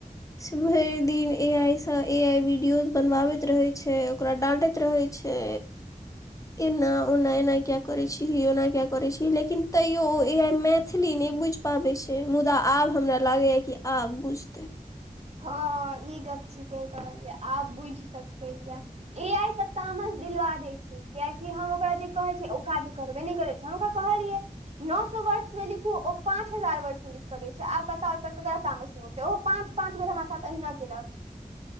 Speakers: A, on the left; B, on the right.
A: सुबहे दिन ए आई स ए आई वीडियो बनवावैत रहे छै। ओकरा डंटैत रहै छै। एना ओना एना किया करै छी ओना किया करै छी लेकिन। तैयो उऽ ए आइ मैथिली नहि बुझि पाबै छै मुदा आब हमरा लागैए कि आब बुझतै।
B: हँ हँ ई गप थिके कहल जै आब बुझि सकै या ए आइ तऽ तामस दिलवा दै छै। कियकि हम ओकरा जे कहै छियै ओ काज करबे नहि करै छै हम ओकरा कहलियै नओ सौ वर्डस म लिखू ओ पाँच हजार वर्डस म लिख कऽ दै छै आब बताउ ओ पर ककरा तामस नहि होतै ओ पाँच पाँच बेर हमरा साथ अहिना केलक